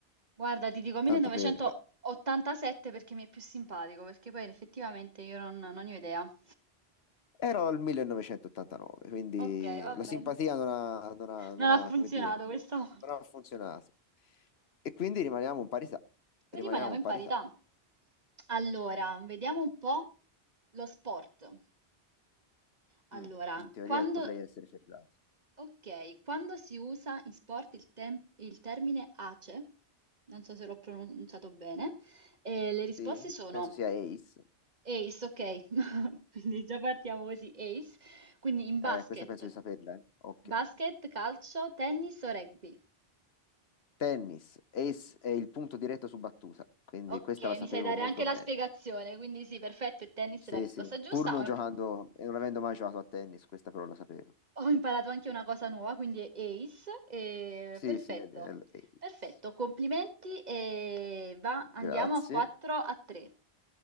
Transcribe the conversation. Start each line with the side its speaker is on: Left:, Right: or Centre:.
Right: Guarda, ti dico 1987
Left: tanto per
Right: perché mi è più simpatico, perché poi effettivamente io non, non ne ho idea.
Left: Ero al 1989, quindi
Right: Ok, va bene.
Left: la simpatia non ha, non ha- non
Right: Non ha
Left: ha,
Right: funzionato
Left: come dire,
Right: questa volta.
Left: non ha funzionato. E quindi rimaniamo in parità. Rimaniamo
Right: Rimaniamo in
Left: in parità.
Right: parità. Allora, vediamo un po' lo sport. Allora,
Left: Mm, in teoria
Right: quando
Left: potrei essere ferrati.
Right: Ok, quando si usa in sport il, tem- il termine ACE, non so se l'ho pronunciato bene, eh, le risposte
Left: Sì,
Right: sono
Left: penso sia ace.
Right: ace, ok, <laughs> quindi già partiamo così, ace, quindi in basket,
Left: Eh, questa penso di saperla, eh. Occhio.
Right: basket, calcio, tennis o rugby.
Left: Tennis. Ace è il punto diretto su battuta, quindi
Right: Ok,
Left: questa la sapevo
Right: mi sai dare
Left: molto
Right: anche la
Left: bene.
Right: spiegazione, quindi sì, perfetto, il tennis
Left: Sì,
Right: è la risposta
Left: sì,
Right: giusta.
Left: pur non giocando e non avendo mai giocato a tennis, questa però la sapevo.
Right: Ho imparato anche una cosa nuova, quindi è Ace, e
Left: Sì,
Right: perfetto,
Left: sì, è del ace.
Right: perfetto, complimenti e va, andiamo
Left: Grazie.
Right: a 4 a 3,